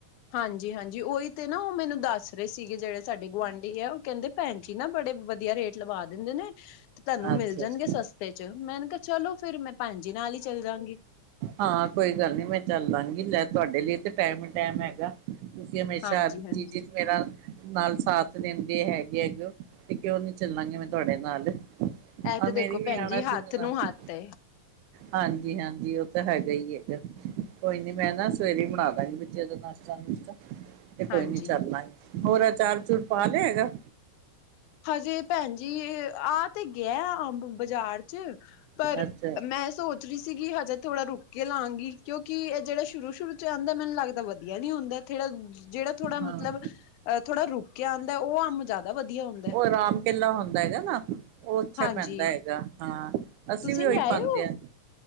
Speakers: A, on the left; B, on the right.
A: ਹਾਂਜੀ ਹਾਂਜੀ ਉਹੀ ਤੇ ਨਾ ਉਹ ਮੈਨੂੰ ਦੱਸ ਰਹੇ ਸੀਗੇ ਜਿਹੜੇ ਸਾਡੇ ਗੁਆਂਢੀ ਆ ਉਹ ਕਹਿੰਦੇ ਭੈਣ ਜੀ ਨਾ ਬੜੇ ਵਧੀਆ ਰੇਟ ਦਵਾ ਦਿੰਦੇ ਨੇ ਤੇ ਤੁਹਾਨੂੰ
B: ਅੱਛਾ
A: ਮਿਲ ਜਾਣਗੇ
B: ਅੱਛਾ
A: ਸਸਤੇ ਚ ਮੈਂ ਕਿਹਾ ਚੱਲੋ ਫਿਰ ਮੈਂ ਭੈਣਜੀ ਨਾਲ ਹੀ ਚੱਲ ਜਾਂਗੀ।
B: ਹਾਂ ਕੋਈ ਗੱਲ ਨੀ ਮੈਂ ਚੱਲ ਲਾਂਗੀ ਲੈ ਤੁਹਾਡੇ ਲਈ ਤੇ ਟਾਈਮ ਹੀ ਟਾਈਮ ਹੈਗਾ। ਤੁਸੀਂ ਹਮੇਸ਼ਾ
A: ਹਾਂਜੀ-ਹਾਂਜੀ
B: ਹਰ ਚੀਜ਼ ਮੇਰਾ ਨਾਲ ਸਾਥ ਦਿੰਦੇ ਹੈਗੇ। ਤੇ ਕਿਉਂ ਨਹੀਂ ਚੱਲਾਂਗੀ ਮੈਂ ਤੁਹਾਡੇ ਨਾਲ।
A: ਇਹ
B: ਆ
A: ਤੇ
B: ਮੇਰੀ
A: ਦੇਖੋ
B: ਵੀ
A: ਭੈਣ
B: ਆਉਣਾ
A: ਜੀ ਹੱਥ
B: ਸੀ ਨਨਾਣ
A: ਨੂੰ ਹੱਥ
B: ਨੇ
A: ਏ
B: ਹਾਂਜੀ ਹਾਂਜੀ। ਤਾਂ ਹੈਗਾ ਹੀ ਹੈਗਾ ਕੋਈ ਨੀ ਮੈਂ ਨਾ ਸਵੇਰੇ ਬਣਾ ਦਾਂਗੀ ਬੱਚੇ ਦਾ ਨਾਸ਼ਤਾ ਨੁਸ਼ਤਾ। ਤੇ ਕੋਈ
A: ਹਾਂਜੀ
B: ਨੀ ਚੱਲ ਲਾ ਗੇ ਹੋਰ ਅਚਾਰ ਅਚੂਰ ਪਾ ਲਿਆ ਹੈਗਾ।
A: ਹਜੇ ਭੈਣ ਜੀ ਆਹ ਤੇ ਗਿਆ ਅੰਬ ਬਾਜ਼ਾਰ ਪਰ
B: ਅੱਛਾ
A: ਮੈਂ ਸੋਚ ਰਹੀ ਹੀ ਸੀਗੀ ਹਜੇ ਥੋੜ੍ਹਾ ਰੁਕ ਕੇ ਲਵਾਂਗੀ ਕਿਉਂਕਿ ਇਹ ਜਿਹੜਾ ਸ਼ੁਰੂ ਸ਼ੁਰੂ ਚ ਆਉਂਦਾ ਮੈਨੂੰ ਲੱਗਦਾ ਵਧੀਆ ਨਹੀਂ ਹੁੰਦਾ। ਥੋੜਾ ਜਿਹੜਾ ਥੋੜਾ
B: ਹਾਂ
A: ਮਤਲਬ ਥੋੜਾ ਰੁਕ ਕੇ ਆਉਂਦਾ ਉਹ ਅੰਬ ਜਿਆਦਾ ਵਧੀਆ ਹੁੰਦਾ।
B: ਉਹ ਰਾਮ ਕੇਲਾ ਹੁੰਦਾ ਹੈਗਾ ਨਾ ਉਹ ਅੱਛਾ
A: ਹਾਂਜੀ,
B: ਪੈਂਦਾ ਹੈਗਾ ਹਾਂ। ਅਸੀਂ
A: ਤੁਸੀਂ
B: ਵੀ ਉਹੀ
A: ਲਿਆਏ
B: ਪਾਉਂਦੇ
A: ਹੋ?
B: ਹਾਂ।